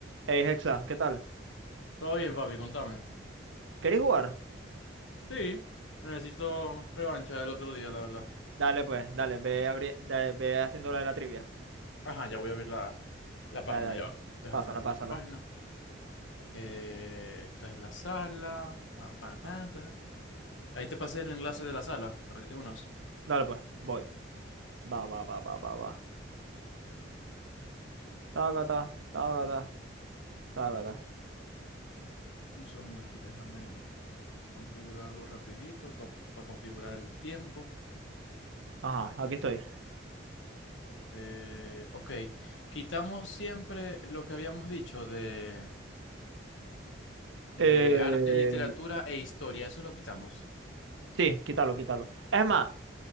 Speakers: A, on the right; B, on the left.
A: Hey, Hexa, ¿qué tal?
B: Todo bien, papi, contame.
A: ¿Queréis jugar?
B: Sí, necesito revancha del otro día, la verdad.
A: Dale, pues, dale, ve, abri- da- ve haciendo la de la trivia.
B: Ajá, ya voy a abrir la, la
A: Dale,
B: página,
A: dale.
B: ya. va. Déjame
A: Pásala,
B: abrir
A: pásala.
B: la página. Eh, esta es la sala. Pam, pam, pam, pam. Ahí te pasé el enlace de la sala para que te unas.
A: Dale, pues, voy. Va, va, va, va, va, va. Tácata, tácata, tácata.
B: Un segundo aquí, déjame configurar algo rapidito para configurar el tiempo.
A: Ajá, aquí estoy.
B: Eh, ok, quitamos siempre lo que habíamos dicho de, de
A: Eh...
B: arte, literatura e historia. Eso lo quitamos.
A: Sí, quítalo, quítalo. Es más,